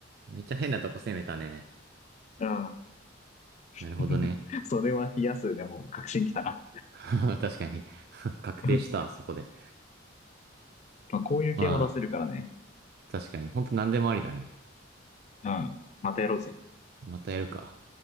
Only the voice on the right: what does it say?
めっちゃ変なとこ攻めたね。
なるほどね。
<laughs> 確かに。確定した、
そこで。
まあ、確かに。ほんと何でもありだね。
またやるか。